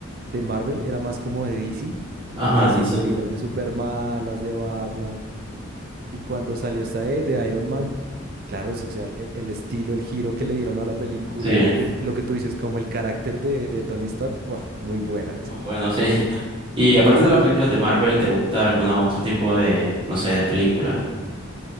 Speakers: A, on the right; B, on the right.
A: de Marvel, era más como de DC. Entonces
B: ajá, sí,
A: siempre
B: sí,
A: vi las de Superman, las de Batman. Y cuando salió esta de, de Iron Man, claro, so, o sea, el, el estilo, el giro que le dieron a la película,
B: sí,
A: el, lo que tú dices, como el carácter de, de Tony Stark, ¡guau! muy buena en esa
B: muy
A: película.
B: bueno, sí. Y aparte de las películas de Marvel, ¿te gusta alguna otro tipo de, no sé, de película?